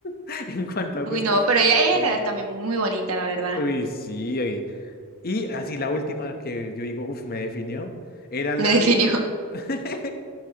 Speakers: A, on the left; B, on the right.
A: <laughs> En cuanto a
B: Uy,
A: gustos.
B: no, pero ella, ella
A: Uy,
B: era también muy bonita, la verdad.
A: uy, sí. eh. Y así la última que yo digo, uff, me definió, era la
B: Me definió
A: de...
B: <laughs>
A: <laughs>